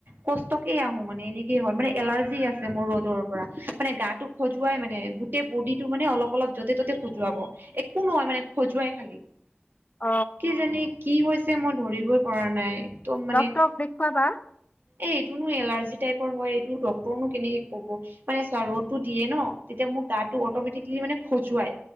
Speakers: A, on the right; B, on the left.
A: কষ্টকে আহো মানে এনে এলাৰ্জি আছে মোৰ ৰ'দৰ পৰা মানে গাটো খজুৱাই মানে গোটেই বডিত। টো মানে অলপ - অলপ য'তে ত'তে খজুৱাব একো নহয় মানে খজুৱাই খালি।
B: অ
A: কি জানি কি হৈছে মই ধৰিবই পৰা নাই। একদম মানে
B: ডকটৰক দেখুৱাবা।
A: এইটোনো এলাৰ্জি টাইপৰ হয়। ডটৰনো কেনেকে ক'ব মানে ৰ'দটো দিয়ে ন তেতিয়া মোক গাটো অটমেটিকেলি মানে খজুৱাই